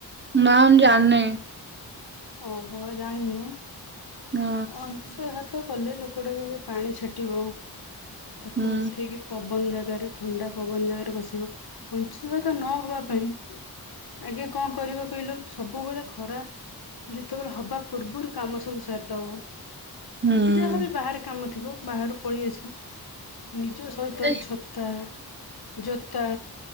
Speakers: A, on the right; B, on the left.
A: ନା ଆମ ଜାଣିନାହିଁ।
B: ଓହୋ ଜାଣିିନୁ
A: ହଁ
B: ଅଂଶଘାତ। କଲେ ଲୋକଟାକୁ ପାଣି ଛାଟିବା ତାକୁ
A: ହୁଁ
B: ଉଠେଇକି ପବନ ଯାକ ଜାଗାରେ ଥଣ୍ଡା ପବନ ଜାଗାରେ ବସିବ ଅଂଶୁଘାତ ନହବା ପାଇଁ। ଆଜ୍ଞା କଣ କରିବ କହିଲ ସବୁବେଳେ ଖରା ଯେତେବେଳେ ହବା ପୂର୍ବରୁ କାମ ସବୁ ସାରିଦବ
A: ହୁଁ।
B: ଯାହାବି ବାହାରେ କାମ ଥିବ। ବାହାରୁ ପଳେଇ ଆସିବ ନିଜ ସହିତ
A: ହଁ
B: ଛତା, ଜୋତା,